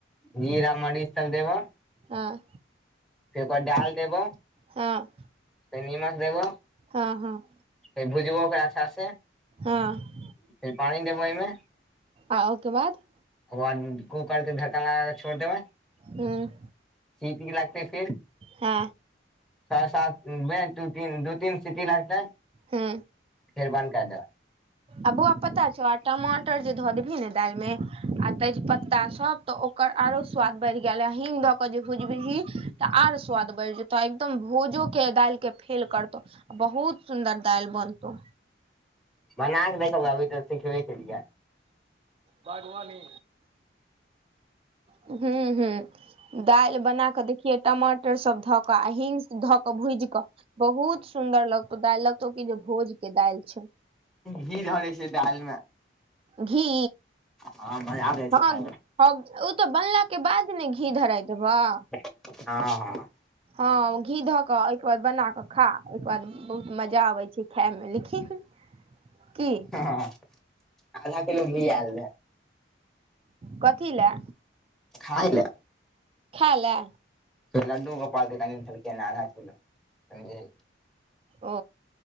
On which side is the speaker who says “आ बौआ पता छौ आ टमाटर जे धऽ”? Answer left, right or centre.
Right